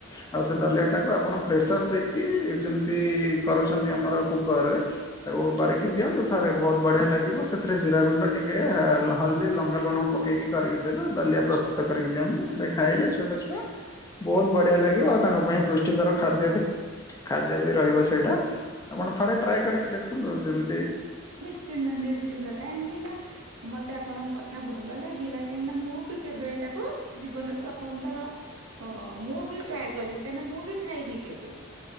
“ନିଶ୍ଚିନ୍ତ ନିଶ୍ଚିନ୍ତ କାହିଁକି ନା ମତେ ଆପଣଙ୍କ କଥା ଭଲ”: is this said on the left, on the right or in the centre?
Right